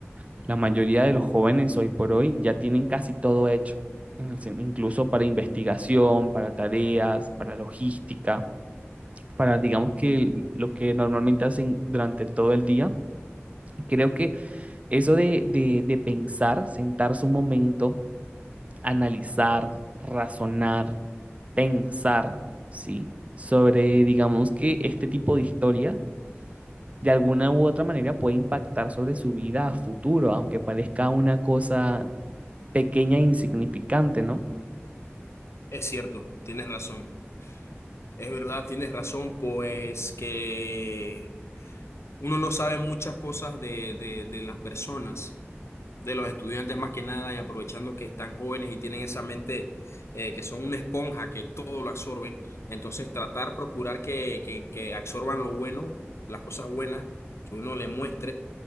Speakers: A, on the right; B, on the left.
A: la mayoría de los jóvenes hoy por hoy ya tienen casi todo hecho, en el incluso para investigación, para tareas, para logística, para digamos que lo que normalmente hacen durante todo el día. Creo que eso de, de, de pensar, sentarse un momento, analizar, razonar, pensar, ¿sí? Sobre, digamos que este tipo de historia de alguna u otra manera puede impactar sobre su vida a futuro, aunque parezca una cosa pequeña e insignificante, ¿no?
B: Es cierto, tienes razón. Es verdad, tienes razón, pues que uno no sabe muchas cosas de, de, de las personas de los estudiantes más que nada y aprovechando que están jóvenes y tienen esa mente eh, que son una esponja, que todo lo absorben. Entonces tratar, procurar que, que, que absorban lo bueno, las cosas buenas que uno le muestre